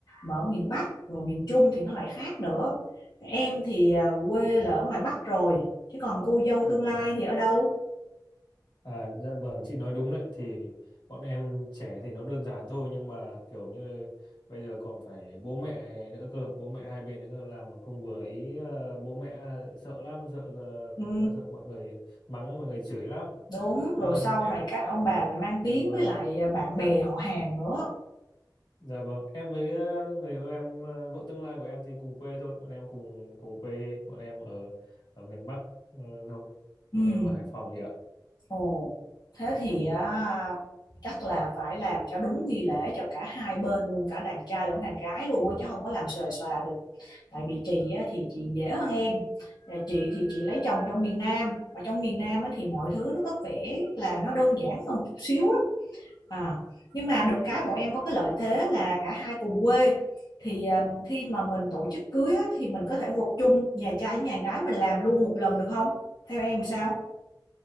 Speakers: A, on the left; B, on the left.
A: mà ở miền Bắc rồi miền Trung thì nó lại khác nữa em thì à, quê là ở ngoài Bắc rồi chứ còn cô dâu
B: à,
A: tương
B: vâng.
A: lai thì ở đâu
B: à dạ vâng chị nói đúng đấy thì bọn em trẻ thì nó đơn giản thôi nhưng mà kiểu như bây giờ còn phải bố mẹ nữa cơ bố mẹ hai bên nữa cơ làm mà không vừa ý ờ, bố mẹ sợ lắm sợ
A: ừ,
B: ờ, sợ mọi người mắng mọi người chửi lắm
A: đúng
B: Ờ,
A: rồi sau
B: em
A: này các
B: em
A: ông bà lại mang
B: dạ
A: tiếng
B: vâng
A: với lại à, bạn bè họ hàng nữa
B: Dạ vâng, em với ờ, người yêu em, ờ, vợ tương lai của em thì cùng quê thôi, bọn em cùng cùng quê, bọn em ở ở miền Bắc ờ, thôi,
A: ừ.
B: bọn em ở Hải Phòng vậy ạ.
A: Ồ, thế thì á, chắc là phải làm cho đúng nghi lễ cho cả hai bên luôn, cả đàn trai lẫn đàn gái luôn á, chứ không có làm xòe xòa được. Tại vì chị á, thì chị dễ hơn em, Và chị thì chị lấy chồng trong miền Nam, mà trong miền Nam á, thì mọi thứ nó có vẻ là nó đơn giản hơn một chút xíu á. À, nhưng mà được cái bọn em có cái lợi thế là cả hai cùng quê. Thì à, khi mà mình tổ chức cưới á, thì mình có thể gộp chung nhà trai với nhà gái mình làm luôn một lần được không? Theo em sao?